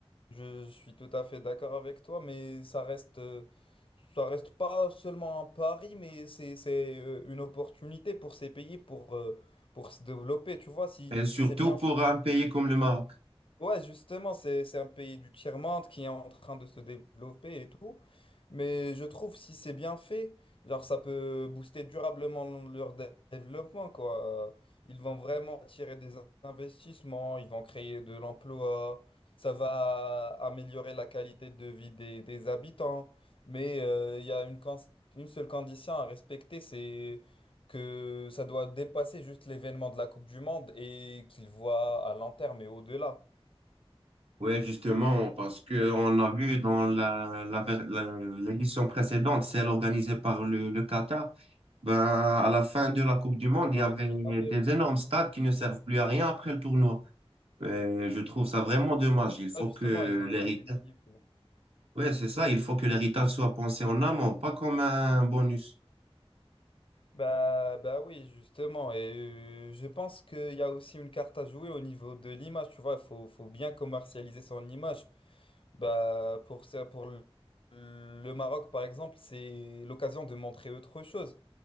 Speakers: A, on the left (about 60°); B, on the right (about 70°).
A: Je suis tout à fait d'accord avec toi, mais ça reste, euh, ça reste pas seulement un pari, mais c'est, c'est euh, une opportunité pour ces pays pour, euh, pour se développer. Tu vois, si
B: Et surtout
A: si c'est bien
B: pour
A: fait,
B: un pays comme le Maroc.
A: Ouais, justement, c'est, c'est un pays du tiers-monde qui est en train de se développer et tout. Mais je trouve si c'est bien fait, genre ça peut booster durablement leur dé- développement, quoi. Ils vont vraiment attirer des in- investissements, ils vont créer de l'emploi, ça va améliorer la qualité de vie des, des habitants. Mais euh, il y a une, cons- une seule condition à respecter, c'est que ça doit dépasser juste l'événement de la Coupe du Monde et qu'ils voient à long terme et au-delà.
B: Oui, justement, parce que on a vu dans la, la, ver- la- l'édition précédente, celle organisée par le, le Qatar, Ben, à la fin de la Coupe du Monde, il
A: Ouais,
B: y avait
A: en 2022.
B: des énormes stades qui ne servent plus à rien après le tournoi. Et je trouve ça vraiment dommage. Il faut
A: Ah, justement,
B: que
A: ils ont
B: l'héritage,
A: été démolis. mais bon.
B: ouais, c'est ça, il faut que l'héritage
A: Tu-
B: soit pensé en amont, pas comme un bonus.
A: Bah, bah oui, justement. Et euh, je pense qu'il y a aussi une carte à jouer au niveau de l'image. Tu vois, il faut, faut bien commercialiser son image. Bah, pour ça, pour le, le Maroc, par exemple, c'est l'occasion de montrer autre chose.